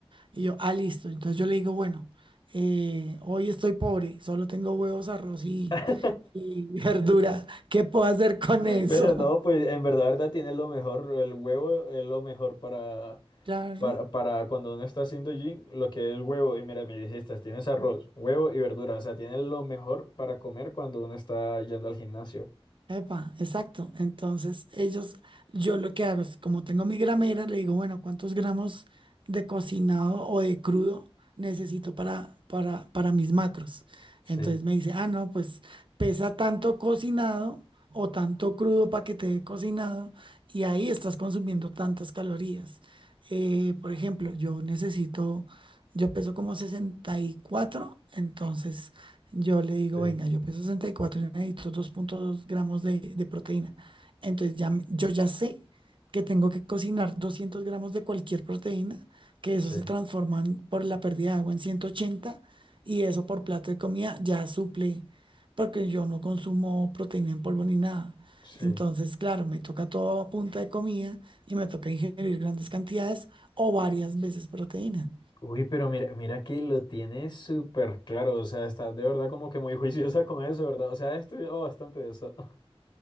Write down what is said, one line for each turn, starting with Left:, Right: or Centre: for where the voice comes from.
Right: Y yo, ah, listo. Entonces yo le digo, bueno, eh, hoy estoy pobre, solo tengo huevos, arroz y,
Left: <laughs>
Right: y <laughs> verdura. ¿Qué puedo hacer con eso?
Left: Pero no, pues en verdad, verdad tiene lo mejor, el huevo es lo mejor para,
Right: <laughs> Claro.
Left: para, para cuando uno está haciendo gym, lo que es el huevo, y mira, me dijiste, tienes arroz, huevo y verdura, o sea, tiene lo mejor para comer cuando uno está yendo al gimnasio.
Right: Epa, exacto. Entonces, ellos, yo lo que hago es, como tengo mi gramera, le digo, bueno, ¿cuántos gramos de cocinado o de crudo necesito para, para, para mis macros?
Left: Sí,
Right: Entonces me dice, ah, no, pues pesa tanto cocinado o tanto crudo para que te dé cocinado y ahí estás consumiendo tantas calorías. Eh, por ejemplo, yo necesito, yo peso como sesenta y cuatro entonces yo le digo,
Left: sí,
Right: venga, yo peso 64 y cuatro y necesito 2.2 gramos de, de proteína. Entonces ya, me- yo ya sé que tengo que cocinar 200 gramos de cualquier proteína, que eso
Left: sí,
Right: se transforman por la pérdida de agua en 180 y eso por plato de comida ya suple, porque yo no consumo proteína en polvo ni nada.
Left: sí.
Right: Entonces, claro, me toca todo a punta de comida y me toca ingerir grandes cantidades o varias veces proteína.
Left: Uy, pero mira, mira que lo tienes súper claro, o sea, estás de verdad como que muy <laughs> juiciosa con eso, ¿verdad? O sea, he estudiado bastante de eso. <laughs>